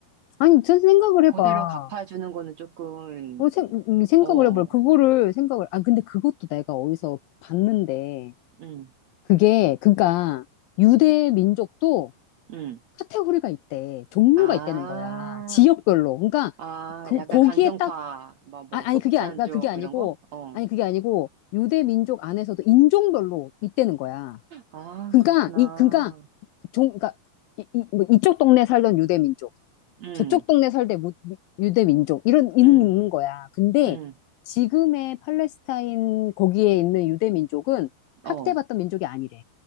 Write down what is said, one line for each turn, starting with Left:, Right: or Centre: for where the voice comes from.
Left: 아니, 저 생각을
Right: 그대로
Left: 해봐.
Right: 갚아주는 거는 조금,
Left: 어, 생, 음, 생각을
Right: 어,
Left: 해봐. 그거를 생각을, 아, 근데 그것도 내가 어디서 봤는데,
Right: 음,
Left: 그게, 그니까, 유대 민족도
Right: 음.
Left: 카테고리가 있대. 종류가
Right: 아,
Left: 있다는 거야. 지역별로. 그러니까,
Right: 아,
Left: 그,
Right: 약간
Left: 거기에
Right: 강경파,
Left: 딱
Right: 뭐, 뭐,
Left: 아,
Right: 소프트한
Left: 아니 그게 아니 그러니까
Right: 쪽뭐
Left: 그게 아니고
Right: 이런 거? 어.
Left: 아니 그게 아니고 유대 민족 안에서도 인종별로 있다는 거야.
Right: 아,
Left: 그러니까
Right: 그렇구나.
Left: 이 그러니까 종 그러니까 이, 이, 뭐 이쪽 동네 살던 유대 민족,
Right: 음,
Left: 저쪽 동네 살던 무- 유대 민족 이런 이는
Right: 음,
Left: 있는 거야. 근데
Right: 음,
Left: 지금의 팔레스타인 거기에 있는 유대 민족은 학대받던
Right: 어.
Left: 민족이 아니래.